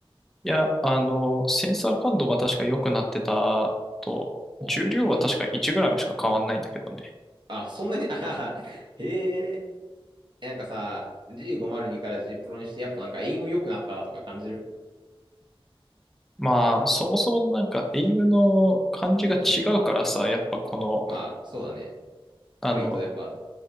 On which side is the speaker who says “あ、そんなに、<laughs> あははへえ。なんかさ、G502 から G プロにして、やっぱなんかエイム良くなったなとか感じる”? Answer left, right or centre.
Right